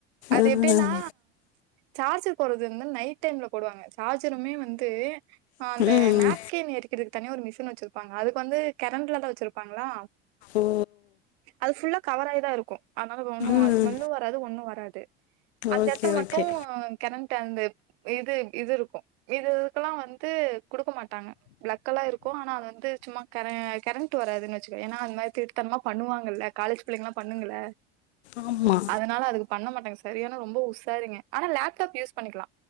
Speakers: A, on the right (about 70°); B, on the left (about 80°).
A: அது
B: ம்
A: எப்டின்னா சார்ஜர் போட்றது வந்து நைட் டைம்ல போடுவாங்க சார்ஜருமே வந்து அந்த
B: ம்
A: நாப்கின் எரிக்கிறது தனியா ஒரு மிஷின் வெச்சுருப்பாங்க அதுக்கு வந்து கெரண்ட்ல தா வெச்சிருப்பாங்களா
B: ஓ
A: அது ஃபுல்லா கவராய் தா இருக்கு அதனால ஒன்னு
B: ம்
A: ஸ்மெல்லு வராது ஒன்னு வராது அந்த
B: ஓகே
A: எடத்துல மட்டு
B: ஓகே
A: கெரன்ட் அந்த இது இது இருக்கு இது இதுகெல்லா வந்து குடுக்க மாட்டாங்க பிளக்கு எல்லா இருக்கு‌ ஆனா அது வந்து சும்மா கெரண்ட் வராதுன்னு வெச்சுக்க ஏன்னா அது மாரி திருட்டுதனமா பண்ணுவாங்கல்ல காலேஜ் பிள்ளிங்களா பண்ணுங்கள
B: ஆமா
A: அதனால அதுக் பண்ணமாடாங்க செரியான உ சேரிங்க ஆன லேப்டாப் யூஸ் பண்ணிக்கலா